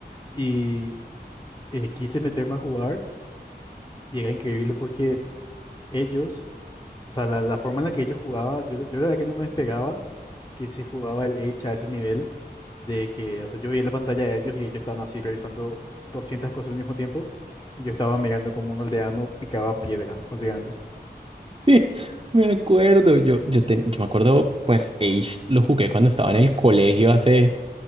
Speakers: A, on the left (about 25°); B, on the right (about 30°).
A: y eh, quise meterme a jugar y era increíble porque ellos O sea, la, la forma en la que ellos jugaba, yo, yo la verdad que no me esperaba que se jugaba el Age a ese nivel, de que, o sea, yo veía la pantalla de ellos y ellos estaban así revisando 200 cosas al mismo tiempo, y yo estaba mirando como un aldeano picaba piedra, básicamente.
B: <laughs> Me acuerdo, yo, yo, ten- yo me acuerdo, pues Age lo jugué cuando estaba en el colegio hace